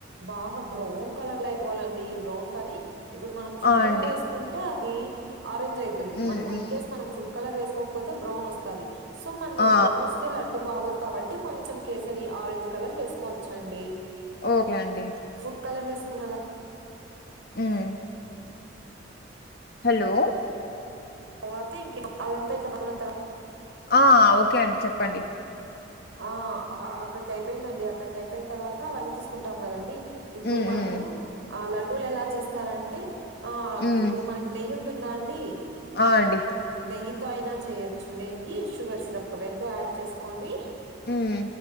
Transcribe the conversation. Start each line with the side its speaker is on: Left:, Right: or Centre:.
Right: బాగా బ్రౌన్ కలర్ లో ఐపోవాలండి బ్రౌన్ కానీ ఇప్పుడు మనం ఫుడ్
Left: ఆ!
Right: కలర్
Left: అండి.
Right: వేసుకుంటే అది ఆరెంజ్ అయితుంది
Left: హ్మ్.
Right: మనం
Left: హ్మ్.
Right: ఇన్ కేస్ మనం ఫుడ్ కలర్ వేసుకోకపోతే బ్రౌన్ వస్తది సో మనము
Left: ఆ!
Right: బ్రౌన్ వస్ స్తే లడ్డు బాగోదు కాబట్టి కొంచెం కేసరి ఆరెంజ్ కలర్ వేసుకోవచ్చు అండి
Left: ఓకే అండి
Right: ఫుడ్ కలర్ వేసుకున్నదా
Left: ఉమ్ హలో
Right: తర్వాత ఇంక అదంతా ఇట్లా పడుకున్న తర్వా
Left: ఆ ఓకే అండి చెప్పండి
Right: హా అక్కడికి అయిపోయిందండి అక్కడికి అయిపోయిన తర్వాత అవన్నీ తీసుకుంటాం కదండీ ఇప్పుడు
Left: హ్మ్.
Right: మనము
Left: హ్మ్.
Right: ఆ లడ్డూలు ఎలా చేస్తారంటే ఆ
Left: హ్మ్.
Right: ఇప్పుడు మన నెయ్యి ఉంటుందా అండి
Left: ఆ అండి
Right: నెయ్యితో ఐనా చేయొచ్చు నెయ్యి షుగర్ సిరప్ రెండు యాడ్ చేసుకొని
Left: హ్మ్.